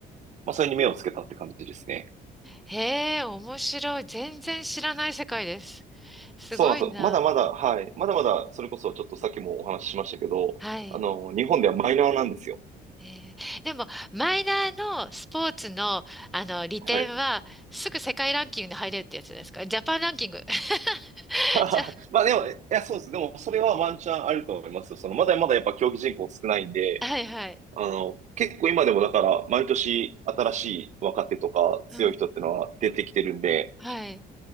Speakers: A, on the right (about 45°); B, in the centre.
A: まあ、それに目をつけたって感じですね。
B: へえ、面白い。全然知らない世界です。すごいな。
A: そうなんですよ。まだまだ、はい。まだまだ、それこそちょっとさっきもお話ししましたけど、
B: はい。
A: あの、日本ではマイナーなんですよ。
B: えー、でも、マイナーのスポーツの、あの、利点は、
A: はい。
B: すぐ世界ランキングに入れるってやつですかジャパンランキング。<laughs>
A: <laughs>
B: じゃ、
A: まあでも、いや、そうです。でも、それはワンチャンあると思いますよ。その、まだまだやっぱ競技人口少ないんで、
B: はいはい。
A: あの、結構今でもだから、毎年新しい若手とか強い人ってのは出てきてるんで、
B: うん。はい。